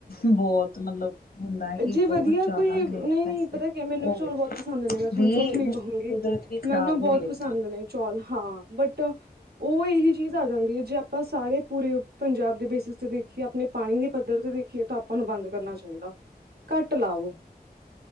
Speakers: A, on the left (about 70°); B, on the right (about 75°).
A: ਬਹੁਤ ਮਤਲਬ ਹੁੰਦਾ ਹੈ ਕਿ
B: ਜੀ ਵਧੀਆ
A: ਬਹੁਤ ਜ਼ਿਆਦਾ
B: ਕੋਈ ਨਹੀਂ-
A: ਗਏ ਆ ਪੈਸੇ।
B: ਨਹੀਂ, ਪਤਾ ਕੀ ਮੈਨੂੰ
A: ਉਹ
B: ਚੋਲ ਬਹੁਤ ਪਸੰਦ ਨੇ, ਮੈਂ ਤੁਹਾਨੂੰ
A: ਦੀ
B: ਝੂਠ ਨੀ ਕਹੂੰਗੀ।
A: ਕੁਦਰਤ ਵੀ ਖ਼ਰਾਬ
B: ਮੈਨੂੰ ਨਾ
A: ਹੋ
B: ਬਹੁਤ
A: ਰਹੀ ਹੈ ਉਹਦੇ
B: ਪਸੰਦ
A: ਨਾਲ।
B: ਨੇ ਚੌਲ ਹਾਂ, ਬਟ ਉਹ ਇਹੀ ਚੀਜ਼ ਆ ਜਾਂਦੀ ਹੈ ਜੇ ਆਪਾਂ ਸਾਰੇ ਪੂਰੇ ਪੰਜਾਬ ਦੇ ਬੇਸਿਸ ਤੇ ਦੇਖੀਏ, ਆਪਣੇ ਪਾਣੀ ਦੇ ਪੱਧਰ ਤੇ ਦੇਖੀਏ, ਤਾਂ ਆਪਾਂ ਨੂੰ ਬੰਦ ਕਰਨਾ ਚਾਹੀਦਾ। ਘੱਟ ਲਾਵੋ।